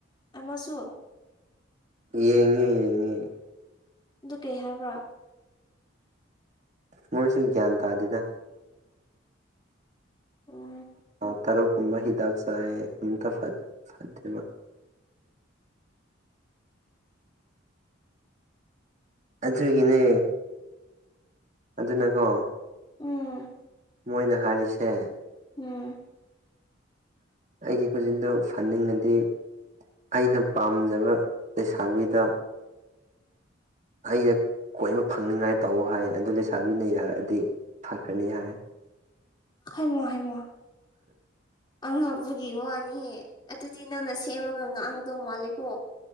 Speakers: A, on the left; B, on the right.
A: ꯑꯃꯁꯨ
B: ꯌꯦꯡꯉꯤ ꯌꯦꯡꯉꯤ
A: ꯑꯗꯨ ꯀꯩ ꯍꯥꯏꯕ꯭ꯔꯣ
B: ꯃꯣꯏꯁꯨ ꯒ꯭ꯌꯥꯟ ꯇꯥꯗ
A: ꯑꯣ
B: ꯊ ꯇꯔꯨꯛ ꯀꯨꯝꯕ ꯍꯤꯗꯥꯛ ꯆꯥꯏ ꯑꯝꯇ ꯐꯠꯇꯦꯕ ꯑꯗꯨꯒꯤꯅꯦ ꯑꯗꯨꯅꯀꯣ
A: ꯎꯝ
B: ꯃꯣꯏꯅ ꯍꯥꯏꯔꯤꯁꯦ
A: ꯎꯝ
B: ꯑꯩꯒꯤ ꯈꯨꯖꯤꯟꯗꯣ ꯐꯟꯅꯤꯡꯉꯗꯤ ꯑꯩꯅ ꯄꯥꯝꯖꯕ ꯂꯩꯁꯥꯕꯤꯗ ꯑꯩꯅ ꯀꯣꯏꯕ ꯐꯪꯅꯤꯡꯉꯥꯏ ꯇꯧ ꯍꯥꯏ ꯑꯗꯨ ꯂꯩꯁꯥꯕꯤꯅ ꯌꯥꯔꯛꯑꯗꯤ ꯐꯈ꯭ꯔꯅꯤ ꯍꯥꯏ
A: ꯍꯥꯏꯃꯣ ꯍꯥꯏꯃꯣ ꯑꯉꯛꯄꯒꯤ ꯋꯥꯅꯤꯍꯦ ꯑꯗꯨꯗꯤ ꯅꯪꯅ ꯁꯦꯝꯃꯒ ꯉꯥꯡꯗꯧ ꯃꯥꯜꯂꯦꯀꯣ